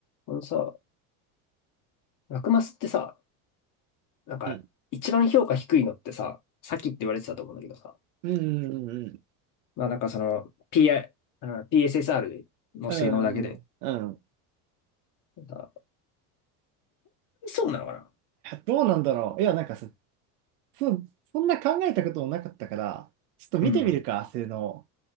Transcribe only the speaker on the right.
うん。
うん。
うん。うん。うんうん
どうなんだろう。いや、なんかそ、そ、そんな考えたこともなかったから、ちょっと見てみるか、
明のを。